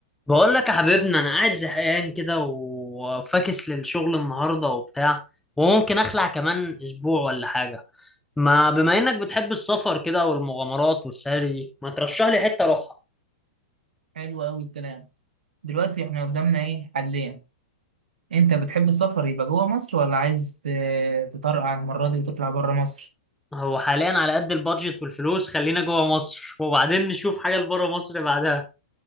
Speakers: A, in the centre; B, on the right.
A: بقول لك يا حبيبنا انا قاعد زهقان كده وفاكس للشغل النهارده وبتاع وممكن اخلع كمان اسبوع ولا حاجه ما بما انك بتحب السفر كده والمغامرات والسهري ما ترشح لي حته اروحها
B: حلو أوي الكلام دلوقتي إحنا قدامنا إيه حلين أنت بتحب السفر يبقى جوه مصر ولا عايز ت- تطرقع المرة دي وتطلع بره مصر
A: هو حاليا على قد البادجت والفلوس خلينا جوه مصر وبعدين نشوف حاجه لبره مصر بعدها